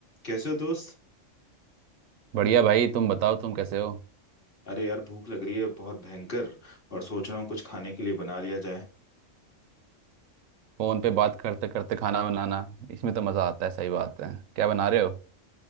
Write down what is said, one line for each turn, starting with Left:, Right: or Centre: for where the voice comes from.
Left: कैसे हो दोस्त
Right: बढ़िया भाई तुम बताओ तुम कैसे हो
Left: अरे यार भूख लग रही है बहुत भयंकर और सोच रहा हूँ कुछ खाने के लिए बना लिया जाए
Right: फोन पे बात करते करते खाना बनाना इसमें तो मज़ा आता है सही बात है क्या बना रहे हो